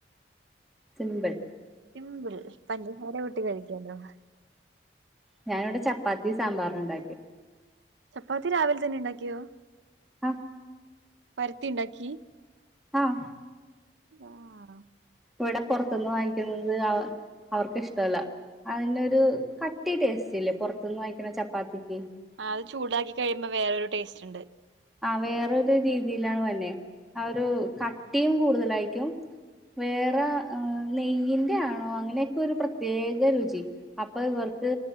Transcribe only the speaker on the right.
സിമ്പിൾ പഞ്ചസാര വി ട്ടി കഴിക്കാനോ
ചപ്പാത്തി രാവിലെ തന്നെ ഉണ്ടാക്കിയോ
പരത്തി ഉണ്ടാക്കി
ആഹ്
ആ അത് ചൂടാക്കി കഴിയുമ്പോ വേറൊരു ടേസ്റ്റ് ഇണ്ട്.